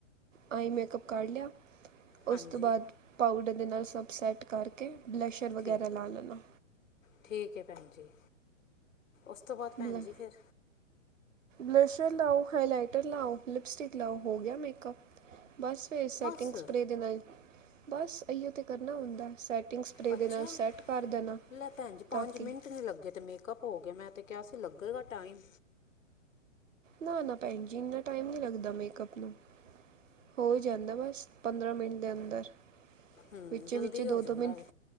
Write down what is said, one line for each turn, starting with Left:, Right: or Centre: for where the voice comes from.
Right: ਆਈ ਮੇਕਅਪ ਕਰ ਲਿਆ
Left: ਹਾਂਜੀ
Right: ਉਸ ਤੋਂ ਬਾਅਦ, ਪਾਊਡਰ ਦੇ ਨਾਲ ਸਭ ਸੈੱਟ ਕਰਕੇ ਬਲਸ਼ਰ ਵਗੈਰਾ
Left: ਠੀਕ
Right: ਲਾ ਲੈਣਾ।
Left: ਠੀਕ ਏ ਭੈਣ ਜੀ, ਉਸ ਤੋਂ ਬਾਅਦ
Right: ਬਲ
Left: ਭੈਣ ਜੀ, ਫਿਰ?
Right: ਬਲਸ਼ਰ ਲਾਓ, ਹਾਈਲਾਈਟਰ ਲਾਓ, ਲਿਪਸਟਿਕ ਲਾਓ ਹੋਗਿਆ ਮੇਕਅਪ। ਬਸ ਫਿਰ ਸੈਟਿੰਗ
Left: ਬਸ
Right: ਸਪ੍ਰੇ ਦੇ ਨਾਲ ਬਸ, ਐਹੀਓ ਤੇ ਕਰਨਾ ਹੁੰਦਾ, ਸੈਟਿੰਗ ਸਪਰੇ
Left: ਅਛਾ
Right: ਦੇ ਨਾਲ ਸੈੱਟ ਕਰ ਦੇਣਾ
Left: ਲੈ ਭੈਣ ਜੀ ਪੰਜ
Right: ਤਾਂ ਕਿ
Left: ਮਿੰਟ ਨੀ ਲੱਗੇ ਤੇ ਮੇ ਪਰ ਹੋ ਗਿਆ ਮੈ ਤੇ ਕਿਹਾ ਸੀ ਲੱਗੇਗਾ ਟਾਈਮ
Right: ਨਾ ਨਾ ਭੈਣ ਜੀ ਇਨਾ ਟਾਈਮ ਨੀ ਲੱਗਦਾ ਮੇਕਅਪ ਨੂੰ ਹੋ ਹੀ ਜਾਂਦਾ ਬਸ ਪੰਦਰਾਂ ਮਿੰਟ ਦੇ ਅੰਦਰ
Left: ਹੂੰ
Right: ਵਿਚ
Left: ਜਲਦੀ
Right: ਵਿਚ
Left: ਹੋ
Right: ਦੋ ਦੋ
Left: ਜਾਂਦਾ
Right: ਮਿੰਟ
Left: ਵੇ